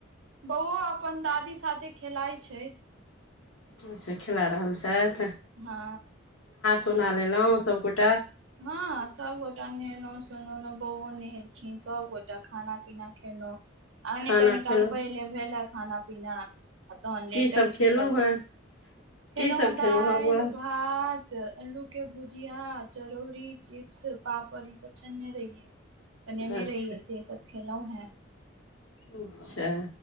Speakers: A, on the right; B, on the left.
A: बौओ अपन दादी साथे खेलाइ छैथ
B: अच्छा खेला रहल छैथ
A: हा
B: सोना लेलौ सबगोे
A: हँ सब गोटा नहेनउ सुनेनउ बौओ नहेलखिन सबगोटाे खाना पीना खेलउ आहने
B: खाना
A: कनी
B: खेलहुँ
A: काल पहिले भेलक खाना पीना आ तहन
B: की
A: लेटल
B: खेलहुँ
A: छी सब ऐठन
B: हेँ
A: खेलऊ
B: की सब
A: है
B: खेलहुँ
A: दाल
B: हेँ बौआ
A: भात अल्लू के भू जीया चरौरी चिप्स पापड़ ई सब छनने रहियै बनेने
B: अच्छा
A: रहीऐ सेे सब खेलऊ है
B: ओ अच्छा